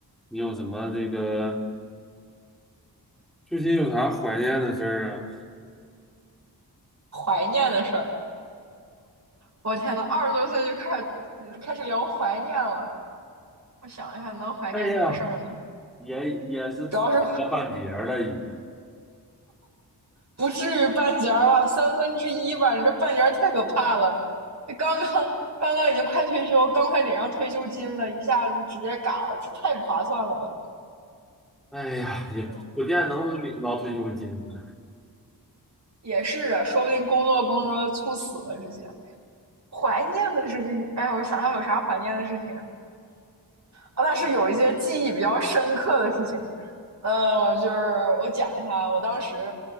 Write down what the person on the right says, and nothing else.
怀念的事儿。我天呐，二十多岁就开始开始聊怀念了。我想一下，能怀念什么事儿呢？
主要是
不至于半截儿吧，三分之一吧。你这半截儿太可怕了。刚刚刚刚已经快退休，刚快领上退休金了，一下子直接嘎了，这太不划算了吧？
哎呦，也是啊，说不定工作工作猝死了，直接。怀念的事情，哎呀，我想想有啥怀念的事情啊？啊，但是有一些记忆比较深刻的事情，呃，我就是我讲一下，我当时